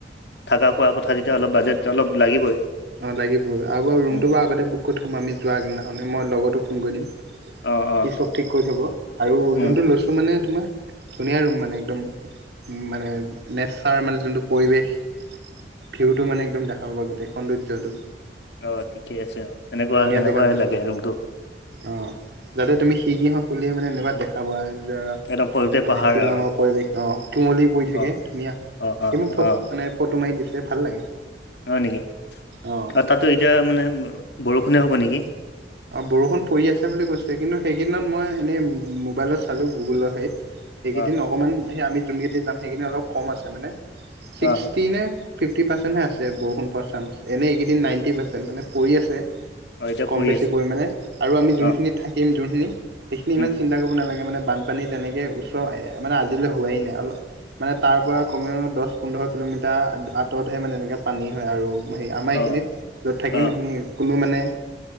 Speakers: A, on the left; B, on the right.
A: থকা কৰা কথা যেতিয়া অলপ বাজেট অলপ লাগিবই।
B: অঁ লাগিবই, আৰু বাৰু ৰুমটো
A: উম
B: বাৰু আগতেই বুক কৰি থ'ম আমি যোৱা আগ দিনাখনে মই লগতোক ফোন কৰি দিম।
A: অ', অ'।
B: সি চব ঠিক কৰি থ'ব। আৰু
A: উম
B: যোনটো লৈছোঁ মানে তোমাৰ ধুনীয়া ৰুম মানে একদম মানে নেচাৰ মানে যোনটো পৰিৱেশ। ভিউটো মানে একদম দেখা পাবা গোটেই সৌন্দৰ্য্যটো।
A: অ' ঠিকেই আছে অ', তেনেকুৱা সেনেকুৱাই
B: জেগাত লৈছোঁ
A: লাগে ৰুমটো।
B: অ' যাতে তুমি খিৰিকী খন খুলিয়ে মানে এনেকুৱা দেখা পোৱা ধৰা মানে
A: একদম পলতে পাহাৰ
B: শ্বিলঙৰ
A: আৰু
B: পৰিৱেশ অ' কুৱলী পৰি থাকে,
A: অ
B: ধুনীয়া সি
A: অ অ
B: মোক ফট
A: অ
B: মানে ফটো মাৰি দিছে ভাল লাগে।
A: হয় নেকি?
B: অ
A: আৰু তাতো এতিয়া মানে বৰষুণে হ'ব নেকি?
B: বৰষুণ পৰি আছে বুলি কৈছে, কিন্তু সেই কেইদিনত মই এনেই মোবাইলত চালোঁ গুগলৰ হেৰিত সেইকেইদিন
A: অ
B: অকমান সেই আমি যোন কেইদিন যাম সেইকেইদিন অলপ কম আছে মানে।
A: অ
B: ছিক্সটি নে ফিফটি পাৰ্চেণ্টহে আছে বৰষুণ পৰা চাঞ্চ। এনেই এইকেইদিন নাইণ্টি পাৰ্চেণ্ট মানে পৰি আছে।
A: অ' এতিয়া
B: কম
A: পৰি আছে
B: বেছি পৰিমাণে। আৰু আমি যোনখিনিত
A: অ
B: থাকিম যোনখিনি সেইখিনি
A: উম
B: ইমান চিন্তা কৰিব নালাগে মানে। বানপানী তেনেকে ওচৰ মানে আজিলৈ হোৱাই নাই। অল মানে তাৰ পৰা কমেও দহ পোন্ধৰ কিলোমিটাৰ আঁতৰতহে মানে এনেকৈ পানী হয়। আৰু মাৰ হেৰি, আমাৰ
A: অ
B: এইখিনিত য'ত থাকিম
A: অ
B: সেইখিনি কোনো মানে